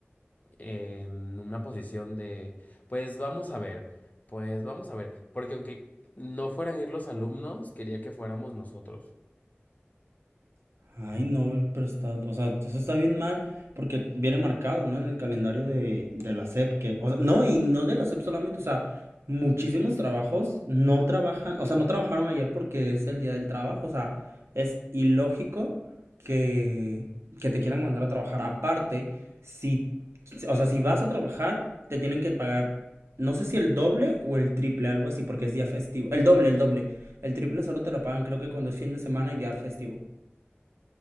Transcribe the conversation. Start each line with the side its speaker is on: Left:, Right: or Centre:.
Left: en una posición de, pues vamos a ver, pues vamos a ver, porque aunque no fueran ir los alumnos, quería que fuéramos nosotros.
Right: Ay, no, pero está, o sea, eso está bien mal porque viene marcado, ¿no? En el calendario de, de la SEP, que, o sea, no, y no de la SEP solamente, o sea, muchísimos trabajos no trabajan, o sea, no trabajaron ayer porque es el día del trabajo, o sea, es ilógico que, que te quieran mandar a trabajar. Aparte, si, o sea, si vas a trabajar, te tienen que pagar, no sé si el doble o el triple, algo así, porque es día festivo. El doble, el doble. El triple solo te lo pagan, creo que cuando es fin de semana y día festivo.